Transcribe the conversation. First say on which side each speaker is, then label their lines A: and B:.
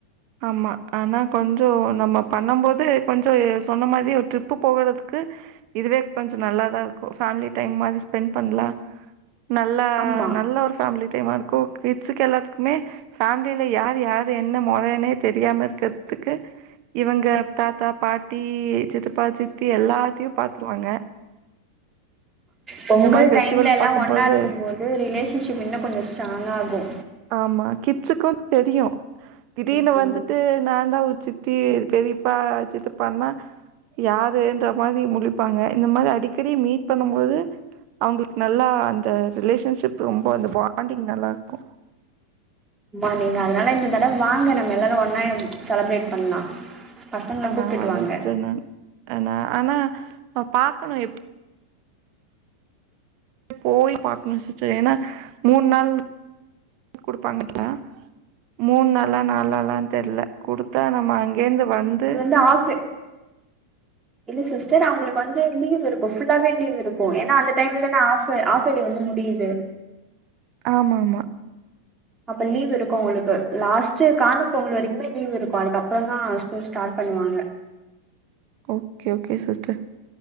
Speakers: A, on the right (about 45°); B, on the right (about 15°).
A: ஆமா ஆனா கொஞ்சோ நம்ம பண்ணம் போது கொஞ்சோ சொன்ன மாரியே ஒரு ட்ரிப்பு போகறதுக்கு இதுவே கொஞ்ச நல்லாதாருக்கும் ஃபேம்லி டைம் மாரி ஸ்பெண்ட் பண்லா நல்லா
B: ஆமா
A: நல்ல ஒரு ஃபேமிலி டைமாருக்கு கிட்ஸ்க்கு எல்லாத்துக்குமே ஃபேம்லில யார் யாரு என்ன மொறனே தெரியாம இருக்கற்த்துக்கு இவங்க தாத்தா பாட்டி சித்தப்பா சித்தி எல்லாத்தியு பாத்ருவாங்க
B: பொங்கல்
A: மாதிரி ஃபெஸ்டிவல்
B: டைம்ல எல்லா
A: பார்க்கும்போது
B: ஒன்னாருக்கும்போது ரிலேஷன்ஷிப் இன்னு கொஞ்சோ ஸ்ட்ராங்க ஆகு
A: ஆமா கிட்ஸுக்கு தெரியு திடீர்னு
B: ம்
A: வந்துட்டு நா தா உ சித் தி பெரியப்பா சித்தப்பானா யாருன்ற மாரி முழிப்பாங்க இந்த மாரி அடிக்கடி மீட் பண்ணும் போது அவங்களுக்கு நல்லா அந்த ரிலேஷன்ஷிப் ரொம்ப அந்த பாண்டிங் நல்லாருக்கு
B: ஆமா நீங்க அதனால இந்த தடவ வாங்க நம்ம எல்லாரு ஒன்னாவே செலிப்ரேட் பண்லா பசங்கள
A: ஆ
B: கூப்டுட்டு
A: நா வரே
B: வாங்க
A: சிஸ்டர் நா ஆன ஆனா பாக்க நா எப் போய் பாக்கணு சிஸ்டர் ஏன்னா மூன் நாள் குடுப்பாங்கக்கா மூன் நாளா நால் நாளா தெர்ல குடுத்தா நம்ம அங்கேர்ந்து வந்து
B: இல்ல ஹாஸ் இல்ல சிஸ்டர் அவங்களுக்கு வந்து லீவ் இருக்கும் புல்லாவே லீவ் இருக்கும் ஏன்னா அந்த டைம்ல தானே ஹாஃப் சொி வந்து முடியுது
A: ஆமா ஆமா
B: அப்ப லீவ் இருக்கும் உங்களுக்கு லாஸ்ட் காணும் பொங்கல் வரைக்குமே லீவ் இருக்கு அதுக்கப்புறந்தா ஸ்கூல் ஸ்டார்ட் பண்ணுவாங்க
A: ஓகே ஓகே சிஸ்டர்